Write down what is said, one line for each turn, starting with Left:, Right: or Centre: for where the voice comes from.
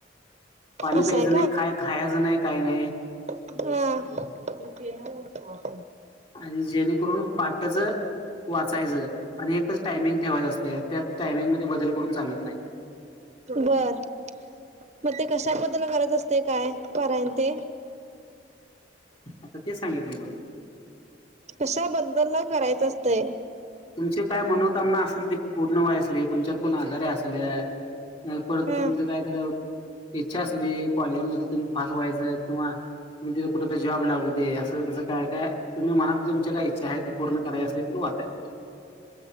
Left: पाणी
Right: असं
Left: प्यायचं
Right: आहे
Left: नाही. काय खायचं नाही काही नाही.
Right: हम.
Left: आणि जेणेकरून पहाटच.. वाचायचं आणि एकच टायमिंग ठेवायचं असतं त्या टायमिंगमध्येध्ये बदल करून चालत नाही.
Right: बर... मग ते कशाबद्दल करत असते काय परायन तेन.
Left: आता ते सांगितलं आहे ना.
Right: कशा बदलला करायचं असतंय..
Left: तुमची काय मनोकामना असेल ती पूर्ण व्हायच असली. तुमच्यात कोण आजार असले. परत
Right: हा
Left: तुमच काय तर इच्छा असली क्वालेजीमध्येध्ये तुम्ही पास व्हायचं किंवा... त तथे कुठं जॉब लागूदे दे. असंसं तस काय काय तुम्ही मनातुम काय इच्छा ती पूर्ण करावी असली तर... अ <inaudible>